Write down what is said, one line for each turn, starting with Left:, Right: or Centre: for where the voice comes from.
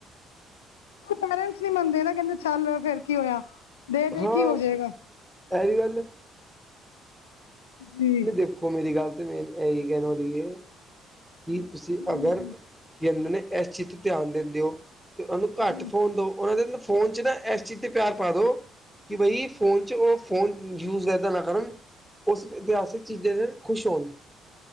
Left: ਇੱਕ ਪੇਰੈਂਟਸ ਨੀ ਮੰਨਦੇ ਨਾ ਕਹਿੰਦੇ ਚੱਲ ਫਿਰ ਕੀ ਹੋਇਆ। ਦੇ ਦੇ
Centre: ਹਾਂ।
Left: ਕੀ ਹੋ ਜਾਏਗਾ
Centre: ਇਹ ਹੀ ਗੱਲ
Left: ਜੀ
Centre: ਨਹੀਂ ਦੇਖੋ ਮੇਰੀ ਗੱਲ ਤੇ ਮੇਨ ਇਹੀ ਕਹਿਣ ਵਾਲੀ ਹੈ। ਕੀ ਤੁਸੀਂ
Left: ਹਾਂਜੀ
Centre: ਅਗਰ ਕੀ ਕਹਿੰਦੇ ਨੇ, ਇਸ ਚੀਜ਼ ਤੇ ਧਿਆਨ ਦਿੰਦੇ ਹੋ। ਤੇ ਉਹਨ ਨੂੰ ਘੱਟ
Left: ਜੀ
Centre: ਫੋਨ ਦੋ, ਉਹਨਾਂ ਦੇ ਫੋਨ ਚ ਨਾ ਇਸ ਚੀਜ਼ ਤੇ ਪਿਆਰ ਪਾ ਦੋ ਕਿ ਬਾਈ ਫੋਨ 'ਚ ਉਹ ਫੋਨ ਯੂਜ ਇਦਾਂ ਨਾ ਕਰਨ ਉਸ ਇਤਿਹਾਸਿਕ ਚੀਜ਼ਾਂ ' ਤੇ ਨਾ ਖੁਸ਼ ਹੋਣ